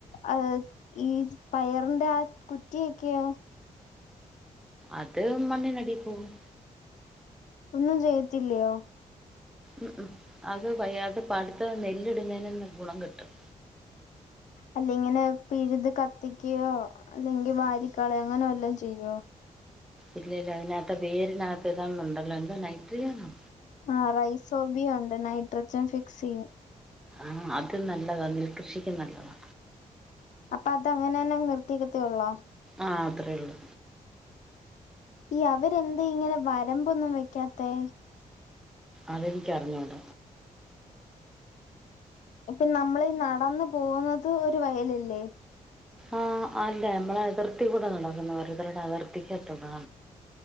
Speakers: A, on the left (about 65°); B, in the centre.
A: ആ ഈ പയറിന്റെ ആ കുറ്റിയൊക്കെയോ
B: അത് മണ്ണിനടി പോവും
A: ഒന്നും ചെയ്യത്തില്ലയോ
B: ഉം ഉം അത് വയ്യ അത് പാടത്തെ നെല്ലിടുന്നതിന് ഗുണം കിട്ടും
A: അല്ല ഇങ്ങനെ പിഴുത് കത്തിക്കയോ അല്ലെങ്കിൽ വാരിക്കളയോ അങ്ങനെ വല്ലോം ചെയ്യോ
B: ഇല്ലല്ല അതിനാത്ത് വേരിനാത്ത് ഏതാണ്ട് ഉണ്ടല്ലോ എന്തോ നൈട്രിജനോ
A: ആഹ് റൈസോബിയ ഉണ്ട് നൈട്രജൻ ഫിക്സെയ്യും
B: ആഹ് അത് നല്ലതാ നെൽകൃഷിക്ക് നല്ലതാ
A: അപ്പൊ അത് അങ്ങനെ തന്നെ നിർത്തിക്കത്തേ ഉള്ളോ
B: ആഹ് അത്രേ ഉള്ളു
A: ഈ അവരെന്ത ഇങ്ങനെ വരമ്പൊന്നും വെക്കാത്തെ
B: അതെനിക്കറിഞ്ഞൂട
A: ഇപ്പൊ നമ്മളി നടന്നു പോന്നത് ഒരു വയലല്ലേ
B: ആ അല്ല നമ്മള അതിർത്തി കൂടെ നടക്കുന്ന ഓരോത്തരുടെ അതിർത്തിക്കാത്തൂടാ